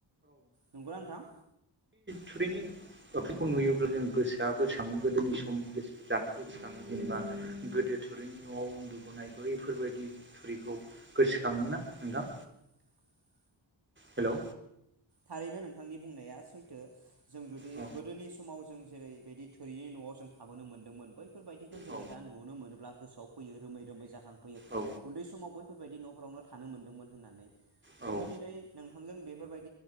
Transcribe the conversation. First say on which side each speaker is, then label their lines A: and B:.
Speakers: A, on the right (about 55°); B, on the right (about 25°).
A: नंगौना नोंथां?
B: थोरिनि न' बेफोरखौ नुयोब्ला जों गोसोआ गोसोखाङो गोदोनि समनि जाथायखौ गोसोखाङो जेनेबा गोदो थुरिनि न'आव उनदुबोनाय बैफोरबायदि थुरिखौ गोसोखाङोमोना नोंथां
A: <unintelligible>
B: हेल'।
A: थारैनो नोंथांनि बुंनाया सैथो जों जुदि
B: औ
A: गोदोनि समाव जों जेरैबायदि थोरिनि न'आव जों थाबोनो मोन्दोंमोन बैफोरबायदिखौ जोङो
B: औ
A: दा नुनो मोनोब्ला गोसोआव फैयो रोमै रोमै जाखां फैयो।
B: औ
A: उनदै समाव बैफोरबायदि न'फोरावनो थानो मोनदोंमोन होननानै।
B: औ
A: जोङो दिनै नोंथांजों बेफोरबायदि